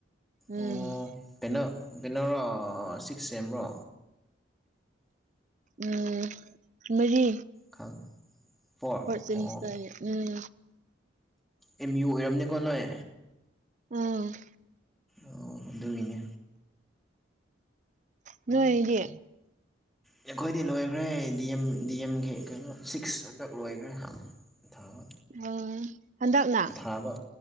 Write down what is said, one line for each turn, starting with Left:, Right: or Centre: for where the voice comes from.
Right: ꯎꯝ
Centre: ꯑꯣ ꯀꯩꯅꯣ ꯀꯩꯅ‌ꯣꯔꯣ ꯁꯤꯛꯁ ꯁꯦꯝꯔꯣ
Right: ꯎꯝ ꯃꯔꯤ
Centre: ꯈꯪ ꯐꯣꯔ
Right: ꯐꯣꯔꯠ ꯁꯦꯃꯤꯁꯇꯔ
Centre: ꯑꯣ
Right: ꯎꯝ
Centre: ꯑꯦꯝ ꯌꯨ ꯑꯣꯏꯔꯝꯅ‌ꯦꯀꯣ ꯅꯣꯏ
Right: ꯎꯝ
Centre: ꯑꯣ ꯑꯗꯨꯒꯤꯅꯦ
Right: ꯅꯣꯏ ꯗꯤ
Centre: ꯑꯩꯈꯣꯏꯗꯤ ꯂꯣꯏꯈ꯭ꯔꯦ ꯗꯤ ꯑꯦꯝ ꯗꯤ ꯑꯦꯝꯒꯤ ꯀꯩꯅꯣ ꯁꯤꯛꯁ ꯍꯟꯗꯛ ꯂꯣꯏꯈ꯭ꯔꯦ ꯊꯥꯕ
Right: ꯎꯝ ꯍꯟꯗꯛꯅ
Centre: ꯊꯥꯕ